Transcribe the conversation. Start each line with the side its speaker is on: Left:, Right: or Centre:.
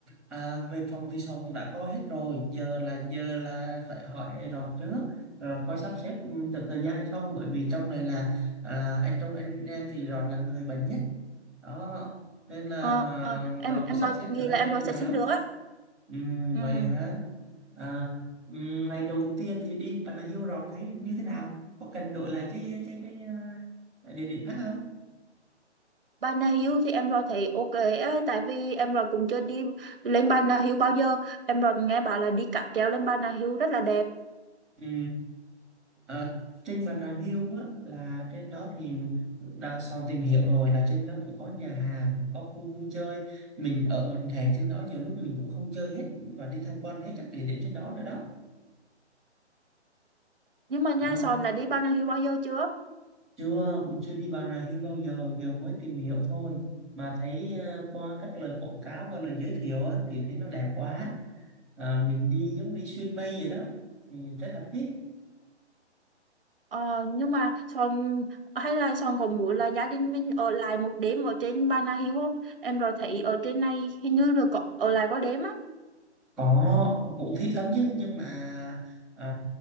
Centre: à, về phòng thì sòng cũng đã có hết rồi giờ là giờ là phải hỏi rọt trước rồi có sắp xếp ừ, được thời gian hay không bởi vì trong này là à, anh trong anh em thì rọt là người bận nhất đó nên là
Right: Ờ, ờ, em
Centre: à, rọt
Right: em
Centre: có sắp
Right: lo
Centre: xếp
Right: nghĩ
Centre: được hay
Right: là em
Centre: không
Right: lo
Centre: thì
Right: sẽ
Centre: báo
Right: xin được á.
Centre: ừ,
Right: Ừ.
Centre: vậy hả à, ừ, ngày đầu tiên thì đi Bà Nà Hills rọt thấy như thế nào có cần đổi lại cái cái cái à, địa điểm khác không
Right: Bà Nà Hills thì em lo thấy ok á, tại vì em lo cũng chưa đi lên Bà Nà Hills bao giờ. Em lo nghe bảo là đi cáp treo lên Bà Nà Hills rất là đẹp.
Centre: ừ Ờ, trên Bà Nà Hills á, là trên đó thì đang son tìm hiểu rồi là trên đó cũng có nhà hàng có khu vui chơi mình ở một ngày trên đó nhiều lúc mình cũng không chơi hết và đi tham quan hết các địa điểm trên đó nữa đó
Right: Nhưng mà Nha
Centre: Ờ,
Right: Sòn là đi Bà Nà Hills bao giờ chưa?
Centre: chưa cũng chưa đi Bà Nà Hills bao giờ giờ mới tìm hiểu thôi mà thấy ờ, qua các lời quảng cáo và lời giới thiệu á, thì thấy nó đẹp quá à, mình đi giống đi xuyên mây vậy đó thì rất là thích
Right: Ờ, nhưng mà Son hay là Son có muốn là gia đình mình ở lại một đêm ở trên Bà Nà Hills không? Em rồi thấy ở trên này hình như được có, ở lại có đêm á.
Centre: có cũng thích lắm chứ nhưng mà à,